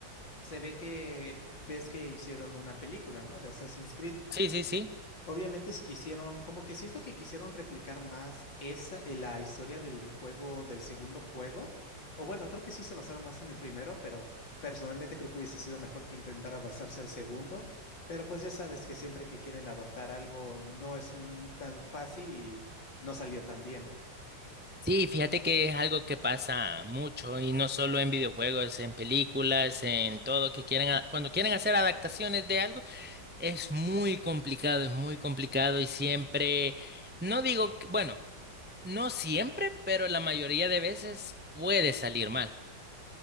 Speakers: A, on the left; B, on the right.
A: se ve que ves que hicieron una película, ¿no? De Assassin's Creed.
B: Sí, sí, sí. sí.
A: Obviamente es quisieron, como que siento que quisieron replicar más esa, eh, la historia del juego, del segundo juego. O bueno, creo que sí se basaron más en el primero, pero personalmente creo que hubiese sido mejor que intentara basarse al segundo. Pero pues ya sabes que siempre que quieren adaptar algo no es mu- tan fácil y no salió tan bien.
B: Sí, fíjate que es algo que pasa mucho y no solo en videojuegos, en películas, en todo que quieren, a- cuando quieren hacer adaptaciones de algo, es muy complicado, es muy complicado y siempre, no digo, que- bueno, no siempre, pero la mayoría de veces puede salir mal.